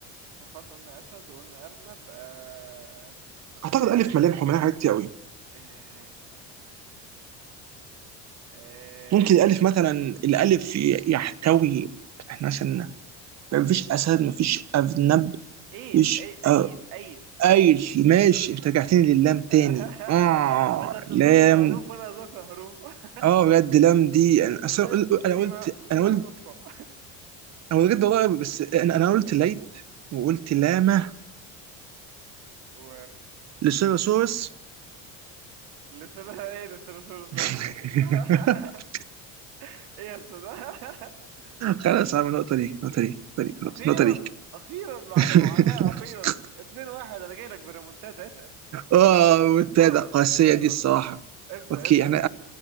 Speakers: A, on the right; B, on the right.
A: خلاص قلنا اسد وقلنا ارنب آه،
B: أعتقد
A: آه،
B: ألف مليان حمالها حاجات كتير أوي
A: آه، آه، آه،
B: ممكن الألف مثلا الألف ي- يحتوي احنا مثلا مفيش اسد مفيش ارنب
A: ايل
B: مفيش
A: أي- ايل
B: أر-
A: ايل
B: قايل
A: ايل
B: ماشي انت رجعتني لللام تاني
A: <laughs>
B: اه
A: وانت بتظنني
B: لام
A: بحروف وانا اظنك بحروف <laughs>
B: اه بجد لام دي انا أصل
A: صدقت
B: أنا قل-
A: بتيجي
B: انا قلت
A: مع بتيجي
B: انا قلت
A: مع صدفه
B: انا بجد والله بس انا انا قلت ليث وقلت لامه
A: <laughs> و
B: لسيروسورس
A: لسانها ايه لسانوسورس
B: <laughs>
A: ده يا اسطى <laughs> ايه يا اسطى ده <laughs>
B: خلاص عامل نقطة ليك نقطة ليك نقطة ليك خلاص
A: اخيرا
B: نقطة ليك
A: اخيرا بعد
B: <laughs>
A: معاناة اخيرا اتنين واحد انا جاي لك بريمونتادا اتقل
B: اه والتالتة
A: دورك
B: قاسية
A: يلا
B: دي الصراحة
A: ابدأ
B: اوكي
A: ابدأ
B: احنا